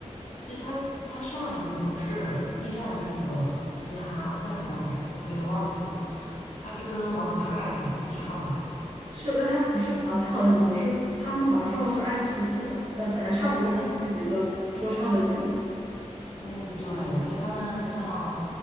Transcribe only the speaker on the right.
是，但他不是好像，他好像不是，他们好像上的是爱奇艺吧？但反正差不多嘛那几个说唱的节目。